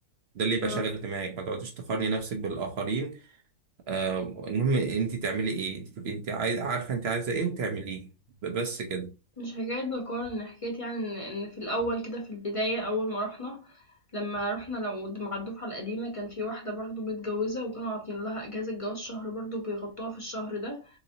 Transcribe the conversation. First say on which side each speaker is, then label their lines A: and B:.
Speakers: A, on the right; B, on the left.
A: ده اللي يبقى
B: آه.
A: شاغل دماغك ما تقعديش تقارني نفسك بالاخرين آه المهم انت تعملي ايه تبقي انت عايز عارفه انت عايزه ايه وتعمليه ب- بس كده
B: مش حكاية بقارن حكاية يعني إن إن في الأول كده في البداية أول ما رُحنا، لمّا رُحنا لو د مع الدفعة القديمة كان في واحدة برضه متجوزة وكانوا عاطيين لها إجازة جواز شهر برضه بيغطوها في الشهر ده،